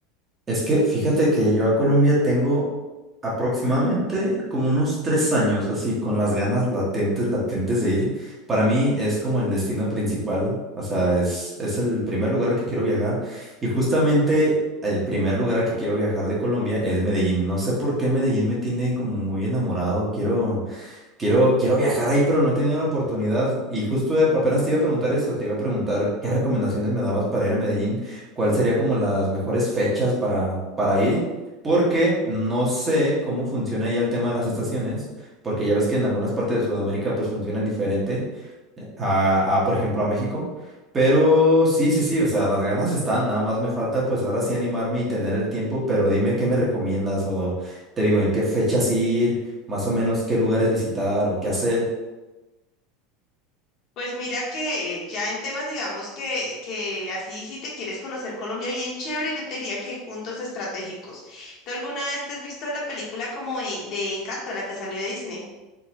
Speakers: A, on the right (about 15°); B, on the left (about 35°).
A: Es que fíjate que yo a Colombia tengo aproximadamente como unos tres años, así con las ganas latentes, latentes de ir. Para mí es como el destino principal, o sea, es, es el primer lugar al que quiero viajar. Y justamente el primer lugar al que quiero viajar de Colombia es Medellín. No sé por qué Medellín me tiene como muy enamorado. Quiero... Quiero, quiero viajar ahí, pero no he tenido la oportunidad. Y justo ap- apenas te iba a preguntar eso, te iba a preguntar qué recomendaciones me dabas para ir a Medellín, cuál sería como las mejores fechas para, para ir, porque no sé cómo funciona ahí el tema de las estaciones, porque ya ves que en algunas partes de Sudamérica pues funcionan diferente a, a, por ejemplo, a México. Pero sí, sí, sí, o sea, las ganas están, nada más me falta pues ahora sí animarme y tener el tiempo, pero dime qué me recomiendas o te digo en qué fechas ir, más o menos qué lugares visitar o qué hacer.
B: Pues mira que eh, ya en temas, digamos que, que así si te quieres conocer Colombia bien chévere, yo te diría que hay puntos estratégicos. ¿Tú alguna vez te has visto la película como de, de Encanto, la que salió de Disney?